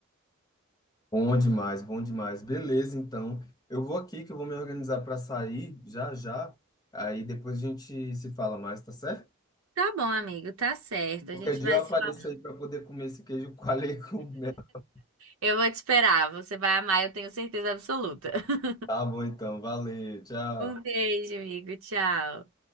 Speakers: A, on the left; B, on the right.
A: Bom demais, bom demais. Beleza, então. Eu vou aqui que eu vou me organizar para sair já já. Aí depois a gente se fala mais, tá certo?
B: Tá bom, amigo, tá certo.
A: Qualquer
B: A gente
A: dia
B: vai
A: eu apareço
B: se falar.
A: aí para poder comer esse queijo coalho com mel. <laughs>
B: Eu vou te esperar. Você vai amar, eu tenho certeza absoluta. <laughs>
A: Tá bom, então. Valeu, tchau.
B: Um beijo, amigo. Tchau.